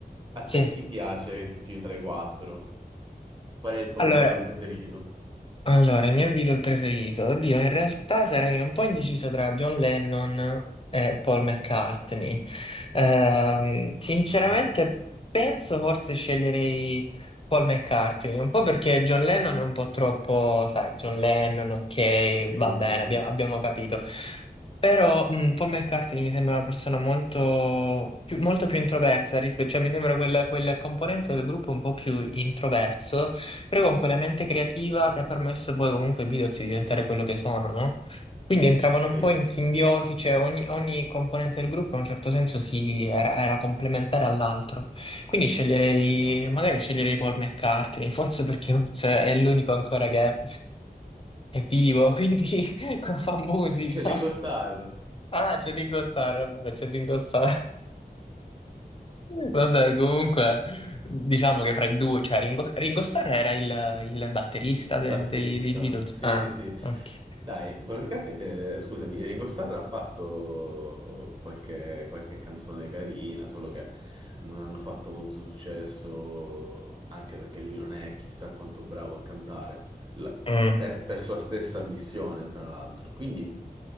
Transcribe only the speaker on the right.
a
te chi piace di più tra i quattro? Qual è il tuo
Beatle preferito?
Mhm.
Sì,
sì, sì,
sì,
sì,
sì,
esatto.
C'è Ringo Starr.
Il
batterista,
sì,
sì, sì.
Dai, Paul McCartney, eh, scusami, Ringo Starr ha fatto qualche, qualche canzone carina, solo che non hanno fatto molto successo, anche perché lui non è chissà quanto bravo a cantare, la-
per, per sua stessa missione, tra l'altro. Quindi,